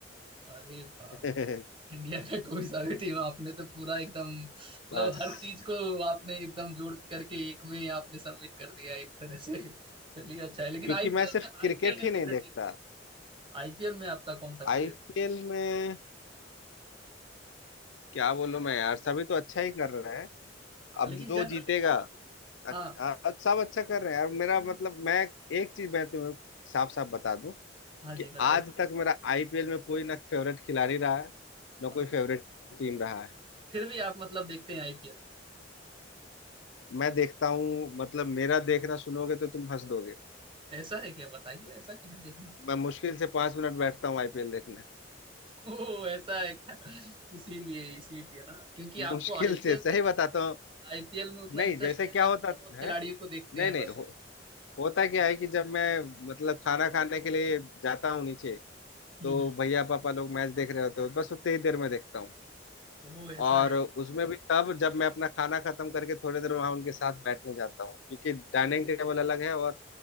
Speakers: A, on the right (about 30°); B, on the left (about 85°).
A: अरे वाह मतलब
B: है <laughs>
A: इंडिया का कोई सा भी टीम आपने तो पूरा एकदम मतलब
B: बस
A: हर चीज को आपने एकदम जोड़ करके एक में आपने सबमिट कर दिया एक तरह से चलिए अच्छा है लेकिन
B: क्योंकि
A: आईपीएल
B: मैं सिर्फ
A: में आईपीएल
B: क्रिकेट
A: में
B: ही
A: फेवरेट
B: नहीं देखता
A: टीम कौन सा आईपीएल में आपका कौन सा
B: आईपीएल
A: फेवरेट
B: में क्या बोलूं मैं यार सभी तो अच्छा ही कर रहे हैं
A: हाँ
B: अब
A: लेकिन
B: जो
A: जनरली
B: जीतेगा
A: आप
B: अच्छा
A: हाँ
B: सब अच्छा कर रहे हैं यार मेरा मतलब मैं एक चीज मैं तुम्हें साफ साफ बता दूं
A: हाँ
B: कि
A: जी बताइए
B: आज तक मेरा आईपीएल में कोई ना फेवरेट खिलाड़ी रहा है ना
A: अरे
B: कोई फेवरेट टीम रहा है
A: फिर भी आप मतलब देखते हैं आईपीएल
B: मैं देखता हूँ मतलब मेरा देखना सुनोगे तो तुम हंस दोगे
A: ऐसा है क्या बताइए ऐसा क्या है देखना
B: मैं मुश्किल से पांच मिनट बैठता हूँ आईपीएल देखने
A: ओ ऐसा है क्या इसीलिए इसीलिए ना क्योंकि आपको
B: मुश्किल
A: आईपीएल
B: से सही
A: से
B: बताता हूँ
A: आईपीएल में उतना
B: नहीं
A: इंटरेस्ट
B: जैसे
A: है
B: क्या
A: नहीं आप
B: होता
A: थोड़ा बहुत खिलाड़ियों
B: है
A: को देखते
B: नहीं
A: हैं
B: नहीं
A: बस
B: हो, होता क्या है कि जब मैं मतलब खाना खाने के लिए जाता हूँ नीचे
A: हम्म
B: तो भैया पापा लोग मैच देख रहे होते हो बस उतनी ही देर में देखता हूँ
A: वो ऐसा
B: और
A: है
B: उसमें
A: क्या?
B: भी तब जब मैं अपना खाना खत्म करके थोड़ी देर वहां उनके साथ बैठने जाता हूँ क्योंकि डाइनिंग टेबल अलग है और